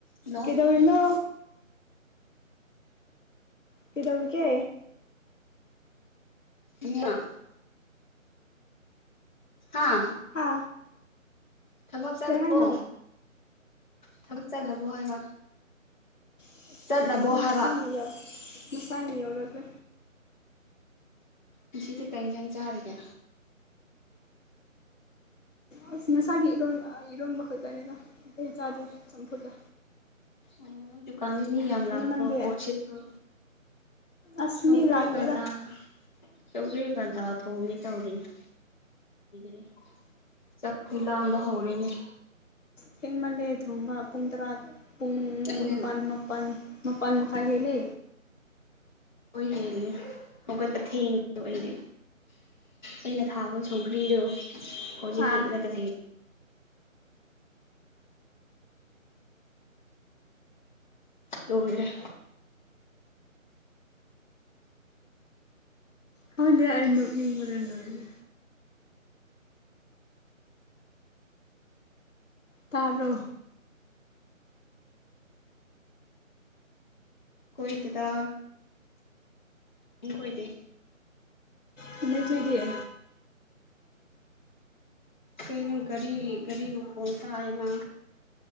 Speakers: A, on the left; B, on the left.
A: hello
B: ꯀꯗ ꯑꯣꯏꯅꯣ ꯀꯩꯗꯦꯔꯦꯒꯤ
A: ꯏ <unintelligible> ꯍꯥꯥ
B: ꯍꯥ
A: ꯊꯕꯛ ꯆꯠꯂꯣ
B: ꯀꯩ ꯍꯥꯏꯅꯣ
A: ꯊꯕꯛ ꯆꯠꯂꯕꯣ ꯍꯥꯏꯕ
B: ꯭
A: ꯆꯠꯂꯕꯣ
B: ꯀꯨꯒꯦ
A: ꯍꯥꯏꯕ
B: ꯃꯁꯥꯅ ꯃꯁꯥꯅ ꯌꯧꯔꯒꯦ
A: ꯄꯨꯁꯤꯗꯤ ꯀꯔꯤ ꯌꯦꯟꯖꯥꯡ ꯆꯥꯔꯤꯒꯦ
B: ꯑ ꯉꯁꯥꯒꯤ ꯏꯔꯣꯟ ꯏꯤꯔꯣꯟꯝ ꯃꯈꯈꯜꯗꯅꯤꯂ ꯑꯩ ꯆꯥꯖꯔ ꯆꯞ ꯗꯨꯠꯂꯥ
A: ꯑꯣ ꯅꯪ ꯗꯨꯀꯥꯟꯗꯤ ꯃꯤ ꯌꯥꯝ ꯂꯥꯛꯄ꯭ꯔꯣ
B: ꯅꯪꯗꯤ
A: ꯄꯣꯠ ꯁꯤꯄ꯭ꯔꯣ
B: ꯑꯁ
A: ꯁꯧꯒ꯭ꯔꯤ
B: ꯃꯤ ꯂꯥꯛꯇꯦꯗ
A: ꯀꯗꯥ ꯁꯧꯒ꯭ꯔꯤ ꯗꯥ ꯊꯣꯡꯉꯤ ꯇꯧꯔꯤꯉ ꯗꯦ ꯆꯥꯛꯄꯤ ꯂꯥꯡꯥꯟꯕ ꯍꯧꯔꯦꯅꯦ
B: ꯊꯦꯡꯃꯜꯂꯦ ꯊꯣꯡꯕ ꯄꯨꯡ ꯇꯔꯥ ꯄꯨꯡ
A: ꯑꯩꯅ
B: ꯅꯤꯄꯥꯜ ꯃꯥꯄꯜ ꯃꯄꯥꯟꯃꯈꯥ ꯍꯂ
A: ꯍꯗꯤ ꯍꯧꯒ ꯇ ꯊꯦꯡ ꯑꯣꯏꯗꯤ ꯑꯩꯅ ꯊꯥꯕ ꯁꯧꯒ꯭ꯔꯤꯗꯣ ꯍꯧꯖꯤꯛ
B: ꯑꯥ
A: ꯍꯦꯛꯂꯒ ꯂꯩ ꯂꯣꯏꯔꯦ
B: ꯍꯗꯤ ꯏꯅ ꯃꯤ ꯃꯣꯔ ꯂꯣꯏꯦ ꯇꯔꯣ
A: ꯀꯣꯏꯗꯥ ꯀꯣꯏꯗ
B: ꯄꯨꯟꯅ ꯊꯏꯗꯤꯌꯦ
A: ꯀꯩꯅꯣ ꯒꯥꯔꯤ ꯒꯥꯔꯤ ꯃꯈꯣꯟꯜ ꯇꯥꯏꯅ